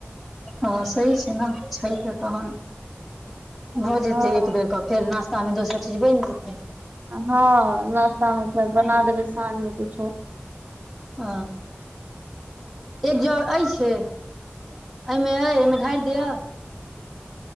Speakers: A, in the centre; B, on the right.
A: ह सही छैय ने छैय तऽ तहन भऽ जेतै
B: हँ
A: एक बेर कऽ। फेर नाश्ता मे दोसर चीज बनि जेतै।
B: हँ नाश्ता मे फेर
A: ह
B: बना देबै साँझ मे किछो।
A: आ एक जग एछे एहिमे एहिमे ढारि दिअ।